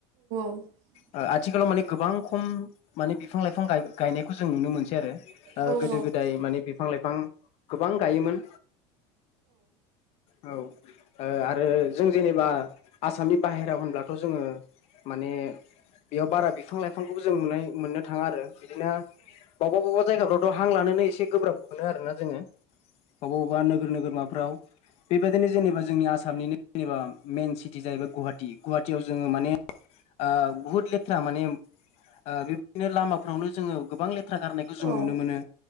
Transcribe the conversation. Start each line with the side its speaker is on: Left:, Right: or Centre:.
Right: <inaudible>
Left: आ आथिखालाव माने गोबां खम माने बिफां लाइफां गाय-गायनायखौ जों नुनो मोनसै आरो ओ
Right: जेनेबा
Left: गोदो गो दाय माने बिफां लाइफां गोबां गाय योमोन औ ओ आरो जों जेनेबा आसामनि बाहेरायाव होनब्लाथ' जोङो माने बेयाव बारा बिफां लाइफांखौबो जों नुनाय मोननो थाङा आरो बिदिनो बबावबा बबावबा जायगाफ्रावथ' हां लानोनो एसे गोब्राब मोनो आरो ना जोङो अबा अबा नोगोर नोगोरमाफ्राव। बेबायदिनो जेनेबा जोंनि आसामनिनो जेनेबा मेइन सिटि जाहैबाय गुवाहाटि। गुवाहाटियाव जोङो माने आ बुहुत लेथ्रा माने आ बेबायदिनो लामाफ्रावनो जोङो गोबां लेथ्रा गारनायखौ जों
Right: गोबां
Left: नुनो मोनो।